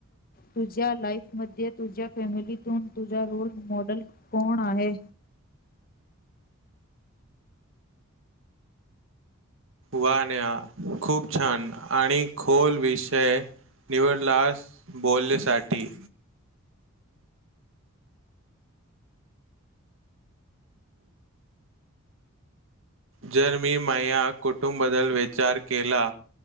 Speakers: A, on the left; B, on the right.
A: तुझ्या लाईफ मध्ये तुझ्या फॅमिलीतून तुझा रोल मॉडेल कोण आहे? <inaudible>
B: वा नेहा खूप छान आणि खोल विषय निवडलास बोलण्यासाठी जर मी माह्या कुटुमबद्दल विचार केला